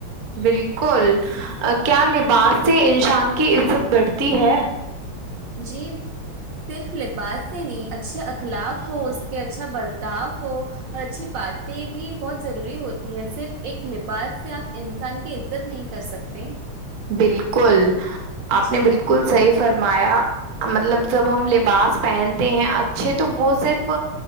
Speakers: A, on the right; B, on the right.
A: بالکل کیا لباس سے انشان کی عزت بڑھتی ہے
B: جی صرف لباس سے نہیں اچھے اخلاق ہو اس کے اچھا بر تاف ہو اور اچھی باتیں بھی بہت ضروری ہوتی ہے صرف ایک لباس سے آپ انسان کی عزت نہیں کر سکتے
A: بالکل آپ
B: جی
A: نے بالکل صحیح فرمایا مطلب جب ہم لباس پہنتے ہیں اچھے تو وہ صرف